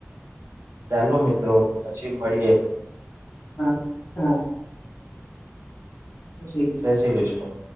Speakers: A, on the right; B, on the left.
A: ચાલો મિત્રો પછી મળીએ
B: હા હા <unintelligible> કૃષ્ણ.
A: જય શ્રી કૃષ્ણ